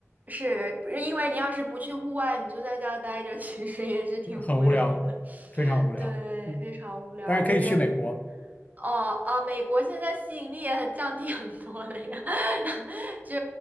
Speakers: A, on the right (about 30°); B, on the left (about 30°).
A: 是因为你要是不去户外，你就在家待着，<laughs> 其实也是挺无聊的。
B: 很无聊，非常无聊，
A: <laughs> 对，
B: 嗯，
A: 非常无聊。
B: 但是可以去美国，
A: 这边哦哦，美国现在吸引力也很降低很多了呀。<laughs> 就